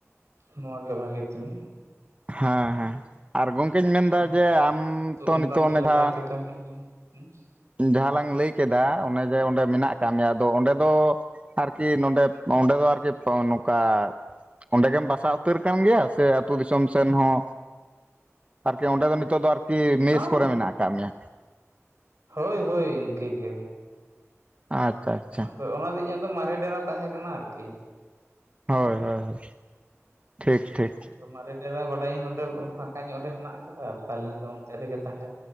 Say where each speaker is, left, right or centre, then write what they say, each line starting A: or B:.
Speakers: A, on the right; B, on the right.
A: ᱱᱚᱣᱟ ᱜᱮ ᱵᱷᱟᱜᱮ ᱛᱤᱧᱟᱹ
B: ᱦᱮᱸ
A: ᱦᱩᱸ
B: ᱦᱮᱸ ᱟᱨ ᱜᱚᱝᱠᱮᱧ ᱢᱮᱱᱫᱟ
A: ᱟᱫᱚ
B: ᱡᱮ ᱟᱢ
A: ᱱᱤᱛᱳᱜ
B: ᱛᱚ
A: ᱢᱚᱴᱟ
B: ᱱᱤᱛᱚᱜ
A: ᱢᱩᱴᱤ
B: ᱚᱱᱮ
A: ᱞᱮᱛᱟᱲ
B: ᱡᱟᱦᱟᱸ
A: ᱜᱮ ᱠᱟ ᱠᱟᱹᱢᱤ ᱧᱟᱢ ᱦᱩᱸ
B: ᱡᱟᱦᱟᱸ ᱞᱟᱝ ᱞᱟᱹᱭ ᱠᱮᱫᱟ ᱚᱱᱮ ᱡᱮ ᱚᱸᱰᱮ ᱢᱮᱱᱟᱜ ᱟᱠᱟᱜ ᱢᱮᱭᱟ ᱟᱫᱚ ᱚᱸᱰᱮ ᱫᱚ ᱟᱨᱠᱤ ᱱᱚᱰᱮᱯ ᱚᱸᱰᱮ ᱫᱚ ᱟᱨᱠᱤ ᱱᱚᱝᱠᱟ ᱚᱸᱰᱮ ᱜᱮᱢ ᱵᱟᱥᱟ ᱩ ᱛᱟᱹᱨ ᱠᱟᱱ ᱜᱮᱭᱟ ᱥᱮ ᱟᱹᱛᱩ ᱫᱤᱥᱚᱢ ᱥᱮᱱ ᱦᱚᱸ ᱟᱨᱠᱤ ᱚᱸᱰᱮ ᱫᱚ ᱱᱤᱛᱳᱜ ᱫᱚ ᱟᱨᱠᱤ
A: ᱦᱮᱸ
B: ᱢᱮᱥ ᱠᱚᱨᱮ ᱢᱮᱱᱟᱜ ᱟᱠᱟᱜ ᱢᱮᱭᱟ?
A: ᱦᱳᱭ ᱦᱳᱭ ᱤᱱᱠᱟᱹ ᱜᱮ
B: ᱟᱪᱪᱷᱟ ᱟᱪᱪᱷᱟ
A: ᱟᱫᱚ ᱚᱱᱟ ᱫᱚ ᱤᱧᱟᱹᱜ ᱫᱚ ᱢᱟᱨᱮ ᱰᱮᱨᱟ ᱛᱟᱦᱮᱸ ᱠᱟᱱᱟ ᱟᱨᱠᱤ
B: ᱦᱳᱭ ᱦᱳᱭ ᱦᱳᱭ ᱴᱷᱤᱠ ᱴᱷᱤᱠ
A: ᱟᱫᱚ ᱢᱟᱨᱮ ᱰᱮᱨᱟ ᱵᱟᱰᱟᱭᱟᱹᱧ ᱱᱚᱰᱮ ᱯᱷᱟᱸᱠᱟ ᱧᱚᱜ ᱨᱮ ᱦᱮᱱᱟᱜ ᱟᱠᱟᱫᱟ ᱛᱟᱦᱚᱞᱮᱧ ᱞᱟᱹᱭ ᱮᱫᱟ ᱚᱱᱛᱮ ᱨᱮᱜᱮ ᱛᱟᱦᱮᱸ